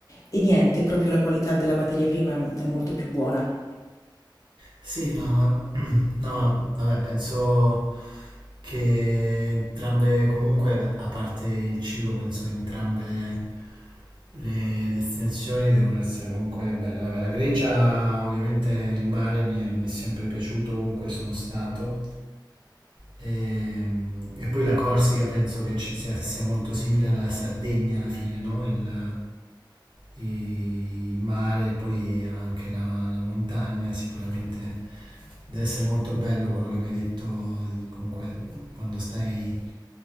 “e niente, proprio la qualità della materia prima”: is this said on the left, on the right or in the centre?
Left